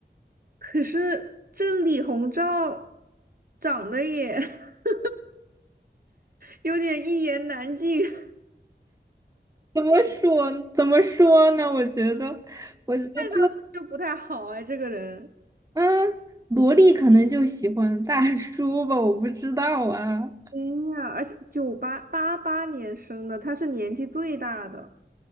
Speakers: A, on the right (about 50°); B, on the right (about 20°).
A: 可是这李鸿章长得也 <laughs> 有点一言难尽，<laughs> 看
B: 怎么说？怎么说呢？我觉得，我觉得，
A: 上去就不太好哎，这个人。
B: 嗯，萝莉可能就喜欢大叔吧，我不知道啊。
A: 哎呀，而且九八八八年生的，他是年纪最大的。